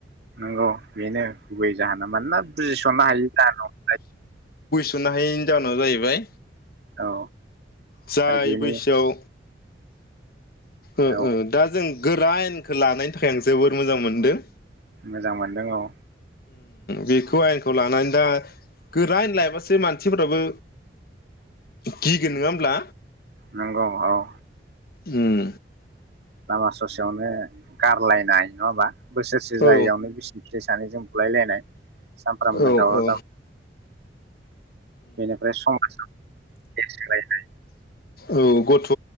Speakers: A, on the right; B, on the left.
A: नंगौ बेनो गुबै जाहोना मानोना बुजिसननो हायो जाहोन
B: सुना हायिनि जउोनाव जाहैबाय
A: औ
B: जाय
A: आरो बेनि
B: बैसोआव ओ
A: औ
B: ओ दा जों गोरानानखौ लानायनि थाखाय आं जोबोर मोजां मोनदों।
A: मोजां मोनदों औ।
B: बेखौ आयेनखौ लानानै दा गोरान आन लायबासो मानसिफोराबो गिगोन नङा ब्ला
A: नंगौ औ
B: उम
A: लामा ससेयावनो गारलायनाय नङा होमबा बोसोरसे
B: औ
A: जायैयावनो बिसि फिसाय सानै जों बुलायलायनाय सामफ्रामबो
B: औ
A: दावराव
B: औ
A: दावसि बेनिफ्राय समाज एसरे लायनाय
B: औ गथ'